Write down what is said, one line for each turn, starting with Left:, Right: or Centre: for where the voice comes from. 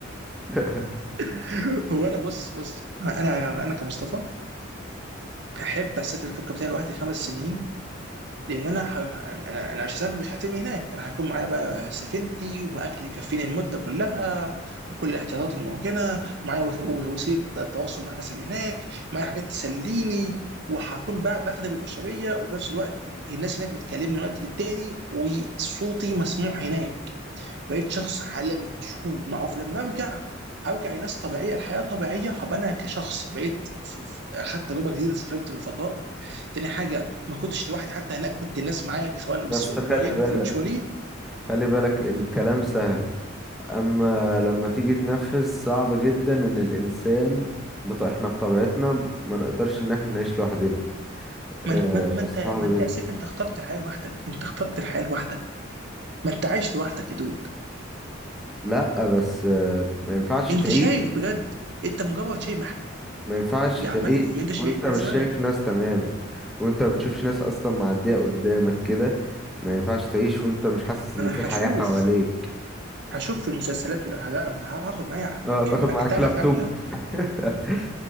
Centre: <laughs>
Right: <laughs> هو انا بص بص انا انا كمصطفى احب اسافر كوكب تاني لوحدي خمس سنين لان انا ح... انا انا مش هسافر مش هترمي هناك انا هيكون معايا بقى سفينتي واكل يكفيني المده كلها وكل الاحتياطات الممكنه معايا وس- وسيله تواصل مع الناس اللي هناك معايا حاجات تسليني وهكون بقى بخدم البشريه وفي نفس الوقت الناس هناك بتكلمني من وقت للتاني وصوتي مسموع هناك بقيت شخص عالمي مشهور معروف لما ارجع هرجع لناس طبيعيه الحياه طبيعيه هبقى انا كشخص بقيت ف- ف- اخدت تجربه جديده سافرت في الفضاء تاني حاجه ما كنتش لوحدي حتى هناك كنت الناس معايا سواء
Centre: بس
Right: بس اونلاين
Centre: خلي بالك
Right: وفيرتشوالي
Centre: خلي بالك الكلام سهل اما لما تيجي تنفذ صعب جدا ان الانسان بط... احنا بطبيعتنا ما نقدرش ان احنا نعيش لوحدنا
Right: ما
Centre: آه
Right: انت ما ما انت
Centre: صعب
Right: ما انت
Centre: جدا
Right: يا سيف انت اخترت الحياه لوحدك انت اخترت الحياه لوحدك ما انت عايش لوحدك يا دود
Centre: لا بس آه ما ينفعش
Right: انت
Centre: تعيش
Right: شايف بجد انت مجرد شايف مح-
Centre: ما ينفعش
Right: عملت
Centre: تعيش
Right: ان انت شبعت
Centre: وانت مش
Right: مثلا
Centre: شايف ناس تماما وانت ما بتشوفش ناس اصلا معدية قدامك كده ما ينفعش تعيش وانت مش حاسس ان
Right: انا
Centre: في حياة
Right: هشوف
Centre: حواليك
Right: هشوف في المسلسلات ولا هاخد معايا
Centre: اه تاخد
Right: مكتبه
Centre: معاك لابتوب
Right: كامله
Centre: <laughs>